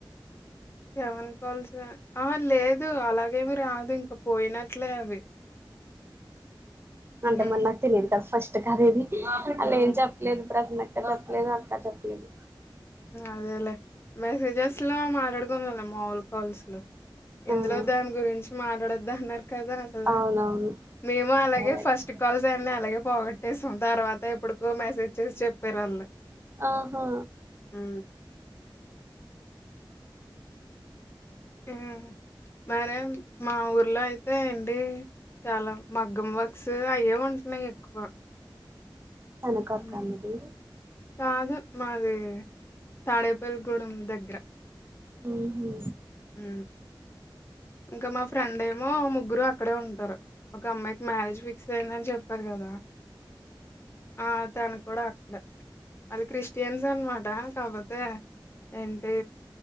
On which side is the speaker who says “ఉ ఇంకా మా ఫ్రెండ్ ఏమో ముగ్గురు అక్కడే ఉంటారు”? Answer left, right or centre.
Left